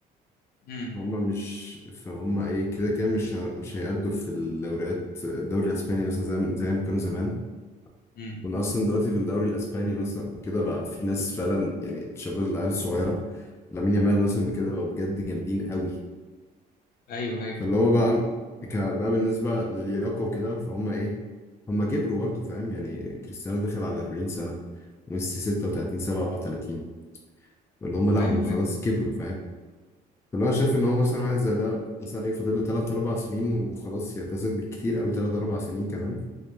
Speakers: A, on the left; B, on the left.
A: امم
B: هما مش فهم ايه كده كده مش ه- مش هيأدوا في الدوريات الدوري الاسباني مثلا زي زي ما كانوا زمان
A: امم
B: كنا اصلا دلوقتي في الدوري الاسباني مثلا وكده بقى في ناس فعلا يعني تشبه العيال الصغيره لامين يامال مثلا وكده بقوا بجد جامدين قوي
A: ايوه ايوه
B: فاللي هو بقى ك- بقى بالنسبه للياقه وكده فهم ايه هم كبروا برضه فاهم يعني كريستيانو داخل على 40 سنه وميسي 36 37 اللي هم لا
A: ايوه
B: هم خلاص
A: ايوه
B: كبروا فاللي هو شايف ان هو مثلا واحد زي ده مثلا ايه فاضل له 3 4 سنين وخلاص يعتزل بالكتير قوي 3 4 سنين كمان